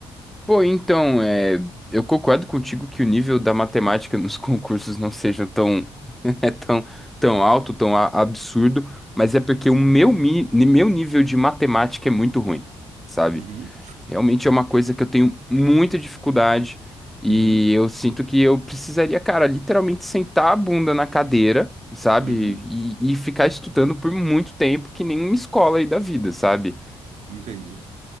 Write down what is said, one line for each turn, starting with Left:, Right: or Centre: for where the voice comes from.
Centre: Pô, então, eh, eu concordo contigo que o nível da matemática <laughs> nos concursos não seja tão <laughs> é tão, tão alto, tão a- absurdo, mas é porque o meu, mi- meu nível de matemática é muito ruim, sabe?
Right: Uhum,
Centre: Realmente é uma coisa que eu tenho muita dificuldade e
Right: uhum,
Centre: eu sinto que eu precisaria, cara, literalmente sentar a bunda na cadeira, sabe?
Right: uhum,
Centre: E, e ficar estudando por muito tempo, que nem uma escola aí da vida, sabe?
Right: entendo.